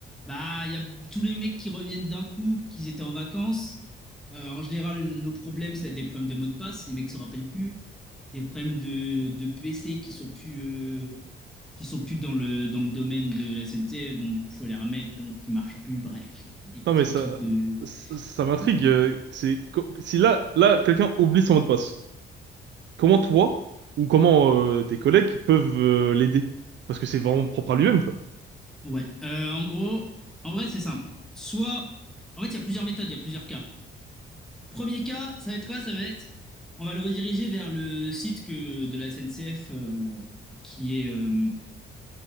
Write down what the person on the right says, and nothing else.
Non mais ça
ça, ça m'intrigue.
euh, C'est co- si là là quelqu'un oublie son mot de passe. Comment toi ou comment euh, tes collègues peuvent euh, l'aider? Parce que c'est vraiment propre à lui-même quoi.